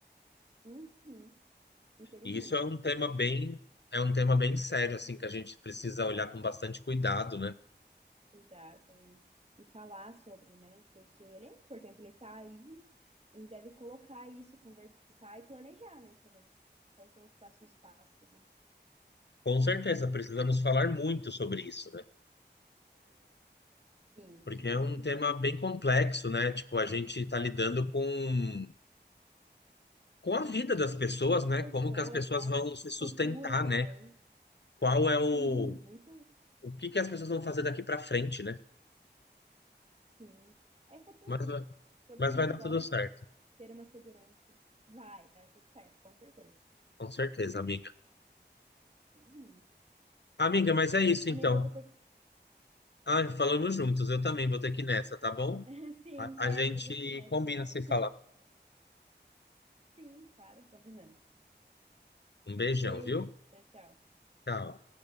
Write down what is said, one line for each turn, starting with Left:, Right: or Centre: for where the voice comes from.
Right: Uhum, infelizmente.
Left: E isso é um tema
Right: E aí
Left: bem, é um tema bem sério, assim, que a gente precisa olhar com bastante cuidado, né?
Right: cuidado e, e falar sobre, né? Porque ele é importante, ele tá aí, a gente deve colocar isso, conversar e planejar, né, também. Quais são os próximos passos, né?
Left: Com certeza, precisamos falar muito sobre isso, né?
Right: Sim.
Left: Porque é
Right: Uhum.
Left: um tema bem complexo, né? Tipo, a gente está lidando com, com a vida das pessoas, né?
Right: Pessoas,
Left: Como que as pessoas
Right: né?
Left: vão se sustentar,
Right: Futuro também.
Left: né? Qual é o,
Right: Sim, muito,
Left: o que que as pessoas vão fazer daqui para frente, né?
Right: sim. É futuro,
Left: Mas,
Right: né? Todo
Left: mas
Right: mundo
Left: vai dar
Right: gosta
Left: tudo certo.
Right: de ter uma segurança. Vai, vai dar tudo certo, com certeza.
Left: Com certeza, amiga.
Right: Uhum.
Left: Amiga, mas é isso
Right: Amigo,
Left: então.
Right: eu vou ter
Left: Ah, falando juntos, eu também vou ter que ir nessa, tá bom?
Right: que... <laughs> Sim,
Left: A,
Right: é,
Left: a gente
Right: vou ter que ir nessa
Left: combina
Right: também.
Left: se falar.
Right: Sim, claro, combinamos.
Left: Um beijão,
Right: Beijo,
Left: viu?
Right: tchau, tchau.
Left: Tchau.